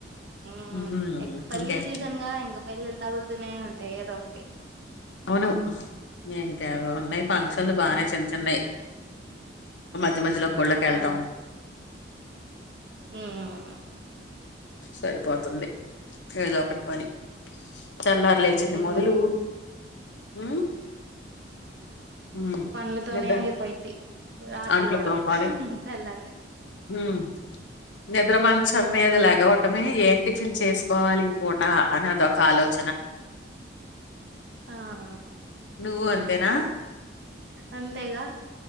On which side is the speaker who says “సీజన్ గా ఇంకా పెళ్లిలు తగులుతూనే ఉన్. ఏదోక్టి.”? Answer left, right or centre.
Right